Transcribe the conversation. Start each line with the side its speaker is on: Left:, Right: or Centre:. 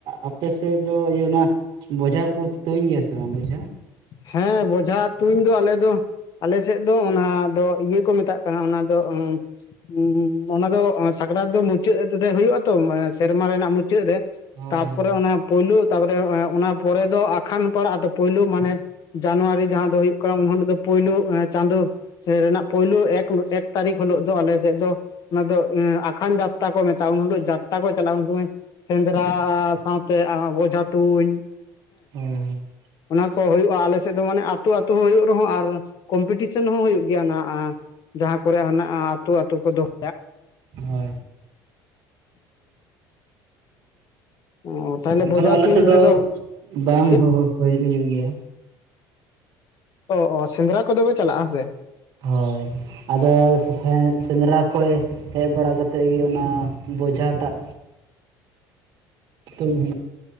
Right: ᱟᱯᱮ ᱥᱮᱫ ᱫᱚ ᱤᱭᱟᱹ ᱚᱱᱟ ᱵᱚᱡᱷᱟ ᱠᱚ ᱛᱩᱧ ᱜᱮᱭᱟ ᱥᱮ ᱵᱟᱝ ᱵᱚᱡᱷᱟ?
Left: ᱦᱮᱸ ᱵᱚᱡᱷᱟ ᱛᱩᱧ ᱫᱚ ᱟᱞᱮ ᱫᱚ ᱟᱞᱮ ᱥᱮᱫ ᱫᱚ ᱚᱱᱟ ᱫᱚ ᱤᱭᱟᱹ ᱠᱚ ᱢᱮᱛᱟᱜ ᱠᱟᱱᱟ ᱚᱱᱟ ᱫᱚ ᱦᱩᱸ ᱚᱱᱟ ᱫᱚ ᱥᱟᱠᱨᱟᱛ ᱫᱚ ᱢᱩᱪᱟᱹᱫ ᱨᱮ ᱦᱩᱭᱩᱜ-ᱟ ᱛᱚ ᱥᱮᱨᱢᱟ ᱨᱮᱱᱟᱜ ᱢᱩᱪᱟᱹᱫ ᱨᱮ
Right: ᱦᱳᱭ
Left: ᱛᱟᱯᱚᱨᱮ
Right: ᱦᱳᱭ ᱦᱳᱭ
Left: ᱚᱱᱟ ᱯᱳᱭᱞᱳ ᱛᱟᱯᱚᱨᱮ ᱚᱱᱟ ᱯᱚᱨᱮ ᱫᱚ ᱟᱠᱷᱟᱱ ᱯᱟᱲᱟᱜ-ᱟ ᱛᱚ᱾ ᱯᱳᱭᱞᱳ ᱢᱟᱱᱮ ᱡᱟᱱᱩᱣᱟᱨᱤ ᱡᱟᱦᱟᱸ ᱫᱚ ᱦᱩᱭᱩᱜ ᱠᱟᱱᱟ ᱩᱱ ᱦᱤᱞᱳᱜ ᱫᱚ ᱯᱳᱭᱞᱳ ᱪᱟᱸᱫᱳ ᱨᱮᱱᱟᱜ ᱯᱳᱭᱞᱳ ᱮᱠ ᱮᱠ ᱛᱟᱹᱨᱤᱠᱷ ᱦᱤᱞᱳᱜ ᱫᱚ ᱟᱞᱮ ᱥᱮᱫ ᱫᱚ ᱚᱱᱟ ᱫᱚ ᱟᱠᱷᱟᱱ ᱡᱟᱛᱛᱟ ᱠᱚ ᱢᱮᱛᱟᱜᱼᱟ᱾ ᱩᱱ ᱦᱤᱞᱳᱜ ᱡᱟᱛᱛᱟ ᱠᱚ ᱪᱟᱞᱟᱜᱼᱟ, ᱩᱱ ᱥᱚᱢᱚᱭ ᱥᱮᱸᱫᱽᱨᱟ ᱥᱟᱶᱛᱮ ᱟ ᱵᱚᱡᱷᱟ ᱛᱩᱧ
Right: ᱦᱳᱭ ᱦᱮᱸ
Left: ᱚᱱᱟ ᱠᱚ ᱦᱩᱭᱩᱜᱼᱟ ᱟᱞᱮ ᱥᱮᱫ ᱫᱚ, ᱢᱟᱱᱮ ᱟᱹᱛᱳ ᱟᱹᱛᱳ ᱦᱚᱸ ᱦᱩᱭᱩᱜ ᱨᱮᱦᱚᱸ ᱟᱨ ᱠᱚᱢᱯᱤᱴᱤᱥᱮᱱ ᱦᱚᱸ ᱦᱩᱭᱩᱜ ᱜᱮᱭᱟ ᱱᱟᱜ ᱟ᱾ ᱡᱟᱦᱟᱸ ᱠᱚᱨᱮ ᱦᱮᱱᱟᱜ-ᱟ ᱟᱛᱳ ᱟᱛᱳ ᱠᱚᱫᱚ <unintelligible>
Right: ᱦᱳᱭ
Left: ᱚᱸ ᱛᱟᱦᱞᱮ
Right: ᱚᱱᱠᱟ
Left: ᱵᱚᱡᱷᱟ
Right: ᱫᱚ ᱟᱞᱮ
Left: ᱛᱩᱧ
Right: ᱥᱮᱫ ᱫᱚ
Left: ᱨᱮᱫᱚ
Right: ᱵᱟᱝ
Left: ᱪᱮᱫ
Right: ᱦᱚ ᱦᱚ ᱦᱩᱭᱩᱜ ᱜᱮᱭᱟ
Left: ᱚ ᱚ ᱥᱮᱸᱫᱽᱨᱟ ᱠᱚᱫᱚ ᱯᱮ ᱪᱟᱞᱟᱜᱼᱟ ᱦᱮᱸ ᱥᱮ?
Right: ᱦᱳᱭ ᱟᱫᱚ ᱥᱮᱸ ᱥᱮᱸᱫᱽᱨᱟ ᱠᱷᱚᱱ ᱦᱮᱡ ᱵᱟᱲᱟ ᱠᱟᱛᱮᱫ ᱜᱮ ᱚᱱᱟ ᱵᱚᱡᱷᱟ ᱴᱟᱜ ᱛᱩᱧ ᱦᱩᱭ